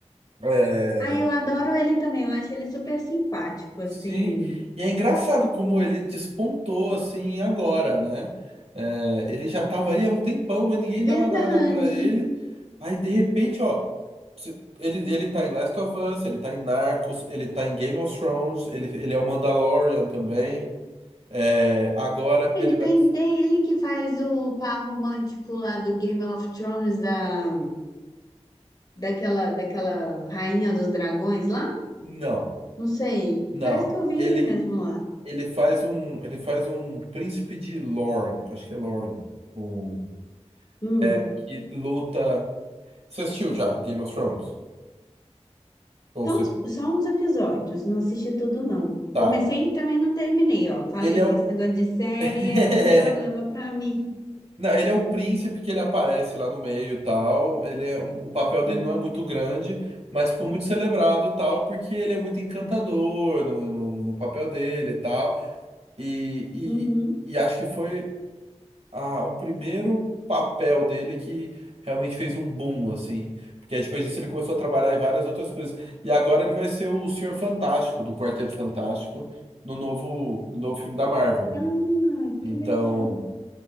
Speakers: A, on the right; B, on the left.
A: É,
B: Ah, eu adoro ele também. Eu acho ele super simpático,
A: sim.
B: assim.
A: E é engraçado como ele despontou assim agora, né? É, ele já tava aí há um tempão, mas ninguém
B: Verdade.
A: dava nada pra ele. Aí de repente, ó, se- ele, ele tá em Last of Us, ele tá em Narcos, ele tá em Game of Thrones, ele, ele é o Mandalorian também. É, agora
B: Ele
A: ele vai.
B: tem, é ele que faz o par romântico lá do Game of Thrones, da, daquela, daquela rainha dos dragões lá?
A: Não,
B: Não sei.
A: não.
B: Parece que eu vi
A: ele
B: ele mesmo lá.
A: Ele faz um, ele faz um príncipe de Lorne, acho que é Lorne, um,
B: Hum.
A: é, que luta. Você assistiu já Game of Thrones? Ou
B: Então,
A: você
B: só uns episódios, não assisti tudo, não.
A: tá?
B: Comecei e também não terminei, ó. Falei,
A: Ele é um
B: esse negócio de série
A: <laughs>
B: é um problema pra mim.
A: Não, ele é um príncipe que ele aparece lá no meio e tal. Ele é um- o papel dele
B: Hum.
A: não é muito grande, mas ficou muito celebrado e tal, porque ele é muito encantador no, no, no papel dele e tal. E, e,
B: Uhum.
A: e acho que foi. a- o primeiro papel dele que realmente fez um boom, assim. Porque aí depois disso ele começou a trabalhar em várias outras coisas. E agora ele vai ser o Senhor Fantástico, do Quarteto Fantástico, no novo, no novo filme da Marvel,
B: Ah,
A: né? Então,
B: que legal.